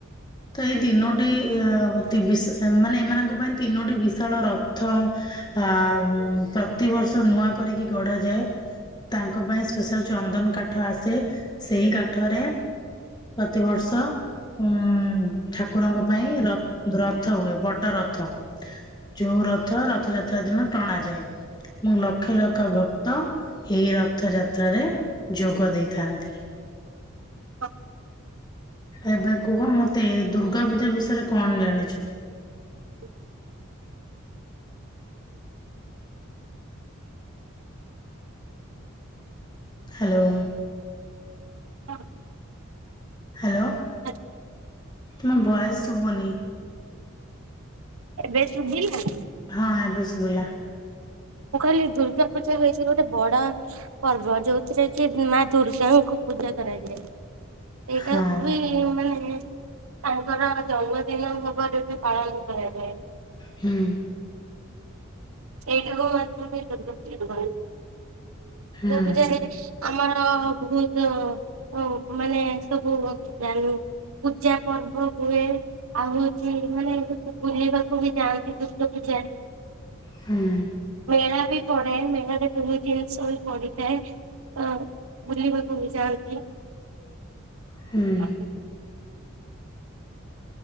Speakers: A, on the left; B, on the right.
A: ତ ଏଇ ଦିନୋଟି ମାନେ ଏମାନଙ୍କ ପାଇଁ ତିନୋଟି ବିଶାଳ ର ପ୍ଥ ଆ ପ୍ରତିିବର୍ଷ ନୂଆ କରିକି ଗଢା ଯାଏ। ତାଙ୍କ ପାଇଁ ଚନ୍ଦନ୍ କାଠ ଆସେ ସେ କାଠରେ ପ୍ରତିବର୍ଷ ଉଁ ହୁଁ ଠାକୁରଙ୍କ ପାଇଁ ରଥ ହୁଏ ବଡ ରଥ। ଯୋଉ ରଥ ରଥଯାତ୍ରା ଦିନ ଟଣାାଯାଏ ମୁଁ ଲକ୍ଷେ ଲକ୍ଷ ଭ ଅ ଏଇ ରଥଯାତ୍ରାରେ ଯୋଗ ଦେଇଥାନ୍ତି।
B: ଅ।
A: ଏବେ କୁହ ମତେ ଦୁର୍ଗା ପୂଜା ବିଷୟରେ କଣ ଜାଣିଛୁ?
B: <inaudible>
A: ହାଲୋ।
B: ହଁ।
A: ହାଲୋ।
B: ଆ।
A: ମ ଭଏସ୍ ଶୁବୁନି।
B: ଏବେ ଶୁଭିଲା?
A: ହଁ ଏବେ ସୁଭିଲା।
B: ମୁଁ କହିଲି ଦୁର୍ଗା ପୂଜା ହେଇଛି ଗୋଟେ ବଡ ପର୍ବ ଯୋଉଥିରେ କି ମା ଦୁର୍ଗାଙ୍କୁ ପୂଜା କରାାଯାଏ ସେଇଟା
A: ହଁ
B: ବି ମାନେ ତାଙ୍କର ଜନ୍ମଦିନ ଭାବରେ ବି ପାଳନ କରାଯାଏ।
A: ହୁଁ।
B: ସେଇଟାକୁ <inaudible> ଦୁର୍ଗା
A: ହୁଁ
B: ପୂଜାରେ। ଆମର ବହୁତ ମାନେ ସବୁ ଜାନୁ ପୂଜା ପର୍ବ ହୁଏ ଆଉ ହଉଛି ମାନେ ବୁଲିବାକୁ ବି ଯାଆନ୍ତି ଦୁର୍ଗା ପୂଜା। <inaudible>
A: ହୁଁ
B: ମେଳା ବି। ପଡାଏ ମେଳାରେ ଜିନସ ପଡିଥାଏ ଅ ବୁଲିବାକୁ ବି ଯାଆନ୍ତି।
A: ହୁଁ
B: <inaudible> ଆ